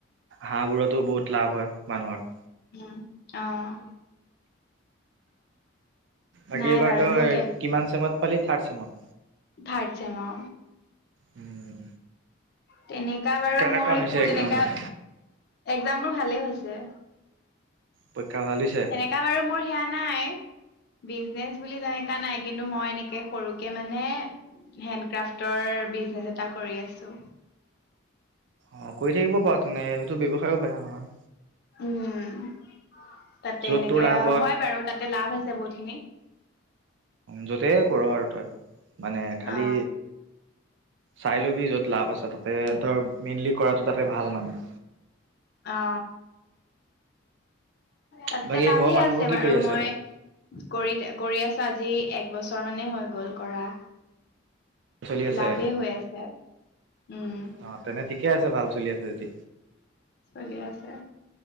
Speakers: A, on the right (about 65°); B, on the left (about 50°).
A: হাঁহবোৰতো বহুত লাভ হয় মানুহৰ
B: উম অহ
A: বাকী
B: নাই
A: এইবাৰতো
B: বাৰু মোৰ
A: কিমান চেমত পালি থাৰ্ড চেমত
B: থাৰ্থ চেম অ
A: উম
B: তেনেকা বাৰু
A: কেনেকুৱা
B: মোৰ
A: হৈছে
B: একো
A: এক্জাম
B: তেনেকা
A: বোৰ
B: এক্সাম বোৰ ভালেই হৈছে
A: পৰীক্ষা ভাল হৈছে
B: তেনেকা বাৰু মোৰ সেয়া নাই বিজনেছ বুলি তেনেককা নাই কিন্তু মই এনেকে সৰুকে মানে হেণ্ডক্ৰাফটৰ বিজনেচ এটা কৰি আছো
A: অ কৰি থাকিব বাও তেনে সেইটো ব্যৱসায়ো বেয়া নহয়
B: উম তাতে
A: য'ত
B: এনেকে
A: তোৰ লাভ
B: হয় বাৰু তাতে লাভ আছে বহুত খিনি
A: য'তেই কৰ আৰু তই মানে খালী
B: অ
A: চাই লবি য'ত লাভ আছে তাতে ধৰ মেইনলি কৰাতটো তাতে ভাল মানে
B: অ তাতে
A: বাকী
B: লাভেই
A: ঘৰৰ মানুহবোৰ
B: আছে
A: কি
B: বাৰু
A: কৰি
B: মই
A: আছে
B: কৰি কৰি আছো আজি এক বছৰ মানে হৈ গ'ল কৰা
A: চলি আছে
B: লাভেই হৈ আছে উম
A: অ তেনে ঠিকে আছে ভাল চলি আছে যদি
B: চলি আছে